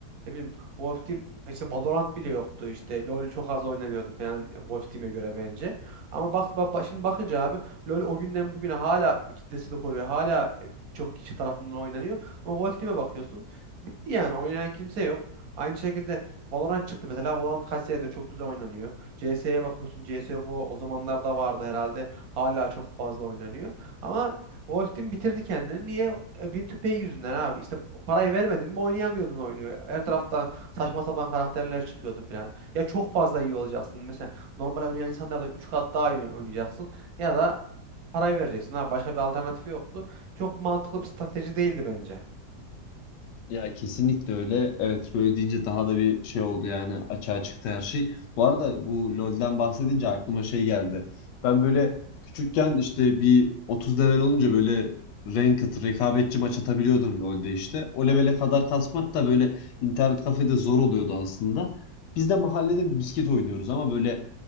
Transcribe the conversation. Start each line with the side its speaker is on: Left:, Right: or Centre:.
Right: ne bileyim Wolf Team işte Valorant bile yoktu işte LoL çok az oynanıyordu falan Wolf Team'e göre bence. Ama bak, ba- ba- şimdi bakınca abi LoL o günden bugüne hala kitlesini koruyor. Hala e, birçok kişi tarafından oynanıyor. Ama Wolf Team'e bakıyorsun bitti yani oynayan kimse yok. Aynı şekilde Valorant çıktı mesela. Valorant kaç senedir çok güzel oynanıyor. CS'ye bakıyorsun. CS yok o, o zamanlarda vardı herhalde. Hala çok fazla oynanıyor. Ama Wolf Team bitirdi kendini. Niye? E, Win2Pay yüzünden abi. İşte parayı vermedin mi oynayamıyordun oyunu. Her taraftan saçma sapan karakterler çıkıyordu falan. Ya çok fazla iyi olacaksın. Mesela normal oynayan insanlardan 3 kat daha iyi oynayacaksın. Ya da parayı vereceksin. Ha, başka bir alternatifi yoktu. Çok mantıklı bir strateji değildi bence.
Left: Ya kesinlikle öyle. Evet böyle deyince daha da bir şey oldu yani açığa çıktı her şey. Bu arada bu LoL'den bahsedince aklıma şey geldi. Ben böyle küçükken işte bir 30 level olunca böyle ranked rekabetçi maç atabiliyordun LoL'de işte. O
Right: Evet.
Left: levele kadar kasmak da böyle internet kafede zor oluyordu aslında. Biz de mahallede misket oynuyoruz ama böyle